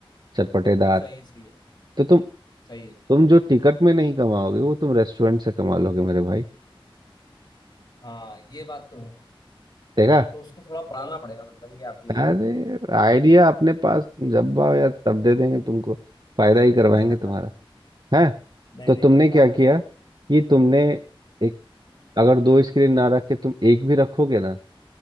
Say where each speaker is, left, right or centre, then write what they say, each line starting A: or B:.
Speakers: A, on the right; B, on the left.
A: चटपटेदार
B: सही है सही है
A: तो तुम
B: सही है
A: तुम जो टिकट में नहीं कमाओगे वो तुम रेस्टोरेंट से कमा लोगे मेरे भाई
B: हाँ ये बात तो है
A: देखा
B: तो उसको थोड़ा बढ़ाना पड़ेगा मतलब ये आप ये
A: अरे
B: बोल रहे
A: आइडिया अपने पास जब आओ यार तब दे देंगे तुमको फायदा ही करवाएंगे
B: हो
A: तुम्हारा है
B: <laughs> नहीं
A: तो
B: नहीं
A: तुमने
B: ये
A: क्या
B: बात तो है
A: किया कि तुमने एक अगर दो स्क्रीन ना रखे तुम एक भी रखोगे ना